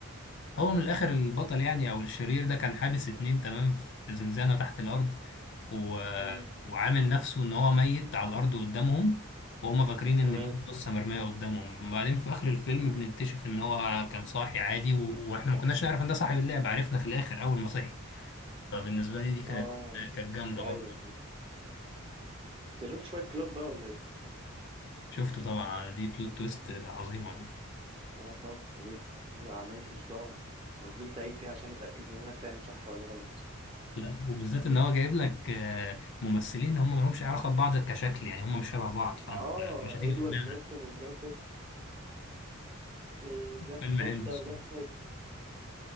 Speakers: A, on the left; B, on the right.
A: هو من الاخر البطل يعني او الشرير ده كان حابس اتنين تمام في زنزانه تحت الارض و...
B: مم.
A: وعامل نفسه ان هو ميت على الارض قدامهم وهم فاكرين ان
B: تمام
A: دي قصه مرميه قدامهم بعدين في اخر الفيلم بنكتشف ان هو كان صاحي عادي و... واحنا ما كناش نعرف ان ده صاحب اللعبه عرفنا في الاخر اول ما صحي فبالنسبه لي دي كانت
B: اه
A: كانت جامده
B: ايوه
A: برضه
B: فهمت. انت شفت شوية كلاب بقى ولا ايه؟
A: شفته طبعا دي بلوت تويست عظيمه يعني
B: اه طبعا جدا دي عملت لي صداع انا فضلت اعيد فيها عشان اتاكد ان انا فاهم صح ولا غلط
A: لا وبالذات ان هو جايب لك آه، ممثلين هم مالهمش علاقه ببعض كشكل يعني هم مش شبه بعض فانت
B: اه
A: مش هتيجي
B: ادوارد
A: في دماغك
B: نورتون وبراد بيت إيه ده في
A: فيلم
B: حته
A: حلو الصراحة.
B: وده في حته